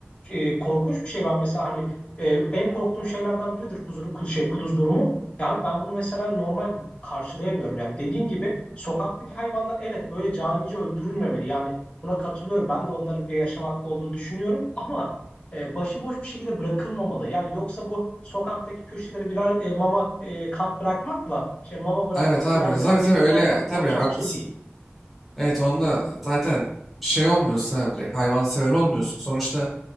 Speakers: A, on the left; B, in the centre.
A: e, e, korkunç bir şey. Ben mesela hani ee, en korktuğum şeylerden biridir kuduz, kuduz, şey, kuduz durumu. Ya abi ben bunu mesela normal karşılayamıyorum. Yani dediğin gibi sokaktaki hayvanlar evet böyle canice öldürülmemeli. Yani buna katılıyorum. Ben de onların bir yaşam hakkı olduğunu düşünüyorum. Ama e, başıboş bir şekilde bırakılmamalı. Yani yoksa bu sokaktaki köşelere birer e, mama e, kap bırakmakla şey mama bırakmak,
B: Evet abi.
A: birer kap
B: Tabii tabii
A: yemek
B: öyle.
A: bırakmak
B: Tabii
A: olacak
B: haklısın.
A: bir şey değil.
B: Evet onunla zaten şey olmuyorsun abi direkt hayvansever olmuyorsun. Sonuçta